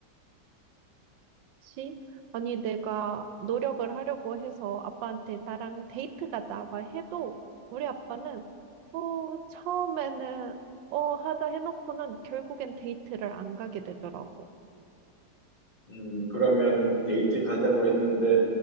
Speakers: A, on the right; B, on the left.
A: 그치? 아니, 내가 노력을 하려고 해서 아빠한테 나랑 데이트 가자, 막 해도 우리 아빠는, 어, 처음에는, 어, 하자 해놓고는 결국엔 데이트를 안 가게 되더라고.
B: 음, 그러면 데이트 가자고 했는데,